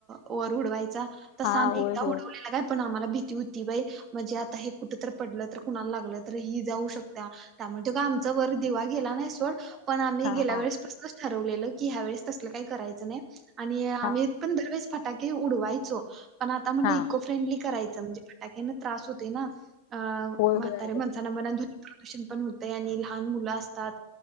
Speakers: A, on the right; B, on the left.
A: वर उडवायचा तसा
B: हा
A: आम्ही
B: होय
A: एकदा
B: होय
A: उडवलेला काय पण आम्हाला भीती होती बाय म्हणजे आता हे कुठ तर पडलं तर कुणाला लागलं तर ही जाऊ शकता त्यामुळ त काय आमचा वर दिवा गेला नाय सोड पण आम्ही
B: हा
A: गेल्या
B: हा
A: वेळेसपसनच ठरवलेलं की ह्यावेेळेस तसलं काय करायचं नाय, आणि आम्ही
B: हा
A: पण दरवेळेस फटाके उडवायचो पण आता म्हणल
B: हा
A: इको फ्रेंडली करायचं म्हणजे फटाके न त्रास होतय ना अ
B: होय
A: म्हातारे
B: होय अगं
A: माणसाना म्हणा प्रदूषण पण होतंय आणि लहान मुलं असतात